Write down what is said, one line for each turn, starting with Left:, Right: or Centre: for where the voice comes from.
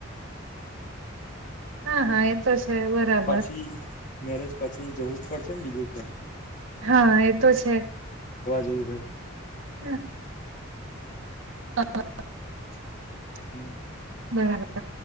Right: હા હા એતો છે બરાબર
Left: પછી મેરેજ પછી જવું પડશે ને બીજે ક્યા
Right: હા એતો છે
Left: જવું હોય
Right: હ <unintelligible>
Left: હમ.
Right: બરાબર